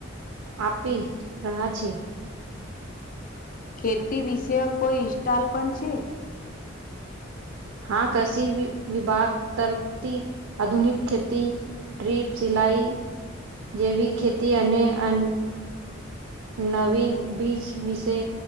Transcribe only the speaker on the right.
આપી રહ્યા છે.
હા કૃષિ વિભાગ તરફથી આધુનિક ખેતી ડ્રીપ, સિલાઈ જેવી ખેતી અને અન નવીન બીજ વિશે